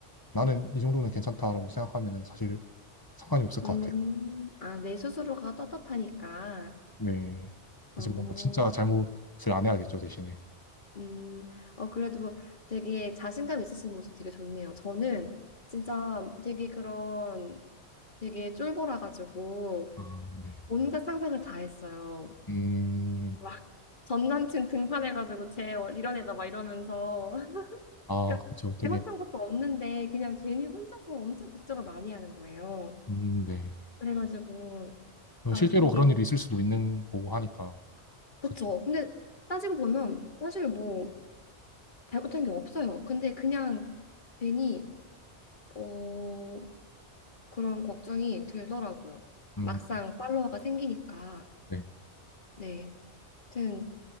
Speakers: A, on the left; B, on the left.
A: 나는 이 정도는 괜찮다라고 생각하면은 사실 상관이 없을 것
B: 음,
A: 같아요.
B: 아, 내 스스로가 떳떳하니까.
A: 네.
B: 어,
A: 이제 뭔가 진짜 잘못을 안 해야겠죠, 대신에.
B: 음, 어, 그래도 되게 자신감 있으신 모습 되게 좋네요. 저는 진짜 되게 그런 되게 쫄보라가지고
A: 아, 네.
B: 온갖 상상을 다 했어요.
A: 음,
B: 막 전 남친 등판해가지고 쟤 이런 애다 막 이러면서. <laughs>
A: 아,
B: 그러니까
A: 그렇죠. 되게,
B: 잘못한 것도 없는데 그냥 괜히 혼자서 엄청 걱정을 많이 하는 거예요.
A: 음, 네.
B: 그래가지고,
A: 뭐
B: 아,
A: 실제로
B: 이게,
A: 그런 일이 있을 수도 있는 거고 하니까,
B: 그쵸.
A: 그,
B: 근데 따지고 보면 사실 뭐 잘못한 게 없어요. 근데 그냥 괜히 어, 그런 걱정이 들더라고요.
A: 음,
B: 막상 팔로워가 생기니까.
A: 네.
B: 네. 하여튼